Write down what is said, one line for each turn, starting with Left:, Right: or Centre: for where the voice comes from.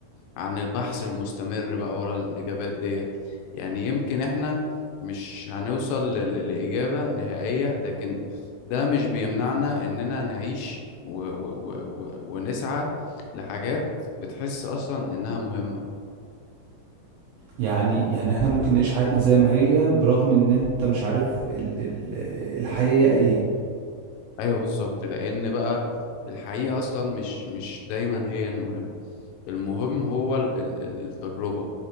Left: عن البحث المستمر بقى ورا الإجابات ديت يعني يمكن إحنا مش هنوصل ل- ل- لإجابة نهائية لكن ده مش بيمنعنا إننا نعيش و و و و ونسعى لحاجات بتحس أصلا إنها مهمة
Right: يعني يعني احنا ممكن نعيش حياتنا زي ما هي برغم ان انت مش عارف ال ال الحقيقة ايه
Left: ايوه بالظبط لان بقى الحقيقه اصلا مش مش دايما هي المهم المهم هو ال ال ال- التجربه